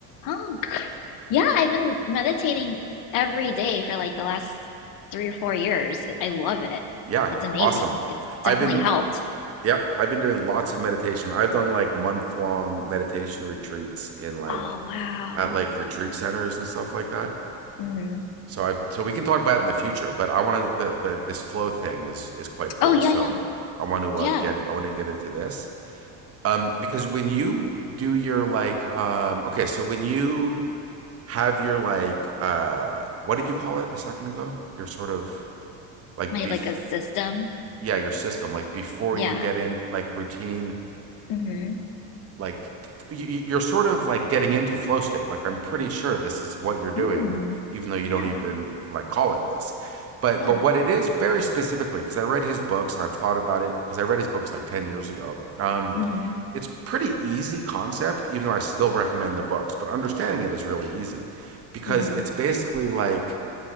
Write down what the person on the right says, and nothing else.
Yeah,
awesome.
I've been,
yep, I've been doing lots of meditation. I've done like month long meditation retreats in like
at like retreat centers and stuff like that.
So I've so we can talk about it in the future, but I want to, but but this flow thing is is quite cool.
So
I want to
uh, get I want to get into this um because when you do your like um okay so when you have your like uh what did you call it a second ago? Your sort of like
bef
yeah, your system like before
you get in like routine
like you, you- are sort of like getting into flow state. Like I'm pretty sure this is what you're doing
even though you don't
even like call it this. But
but what it is very specifically because I read his books and I've thought about it because I read his books like 10 years ago. Um
it's pretty easy concept even though I still recommend the books, but understanding it is really easy because
it's basically like